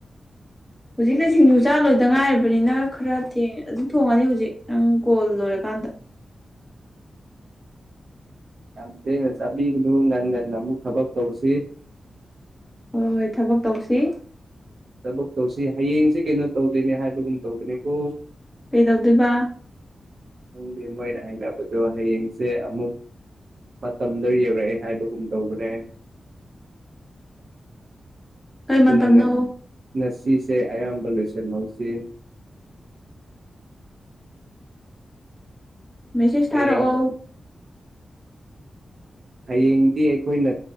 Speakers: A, in the centre; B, on the right.
A: ꯍꯧꯖꯤꯛꯀ ꯁꯤꯡꯖꯨꯖꯥ ꯂꯣꯏꯗ ꯉꯥꯏꯔꯕꯅꯤꯅ ꯈꯔꯦꯡ ꯑꯗꯨꯝ ꯊꯣꯡꯉꯅꯤ ꯍꯧꯖꯤꯛ ꯅꯪ ꯀꯣꯜ ꯂꯣꯏꯔꯀꯥꯟꯗ
B: ꯌꯥꯝ ꯊꯦꯡꯅ ꯆꯥꯕꯤꯒꯅꯨ ꯉꯟꯅ ꯉꯟꯅ ꯑꯃꯨꯛ ꯊꯕꯛ ꯇꯧꯁꯤ
A: ꯍꯣꯏ ꯍꯣꯏ ꯊꯕꯛ ꯇꯧꯁꯤ
B: ꯊꯕꯛ ꯇꯧꯁꯤ ꯍꯌꯦꯡꯁꯤ ꯀꯩꯅꯣ ꯇꯧꯗꯣꯏꯅꯦ ꯍꯥꯏꯕꯒꯨꯝ ꯇꯧꯗꯅꯦꯀꯣ
A: ꯀꯩꯗꯧꯗꯣꯏꯕ
B: ꯈꯪꯗꯦ ꯃꯣꯏꯅ ꯍꯥꯏꯅꯕꯗꯣ ꯍꯌꯦꯡꯁꯦ ꯑꯃꯨꯛ ꯃꯇꯝꯗꯣ ꯌꯧꯔꯛꯑꯦ ꯍꯥꯏꯕꯒꯨꯝ ꯇꯧꯕꯅꯦ
A: ꯀꯩ
B: ꯑꯗꯨꯅ
A: ꯃꯇꯝꯅꯣ
B: ꯉꯁꯤꯁꯦ ꯑꯌꯥꯝꯕ ꯂꯣꯏꯁꯟꯍꯧꯁꯤ
A: ꯃꯦꯁꯦꯁ
B: ꯍꯌꯦꯡ
A: ꯊꯥꯔꯛꯑꯣ
B: ꯍꯌꯦꯡꯗꯤ ꯑꯩꯈꯣꯏꯅ